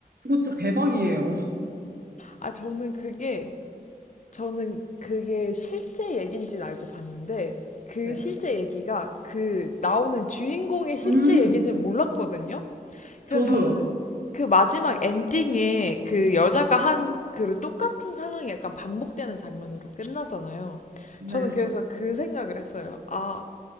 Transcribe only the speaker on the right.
이거 진짜 대박이에요.
네.
음,
저도요.
네.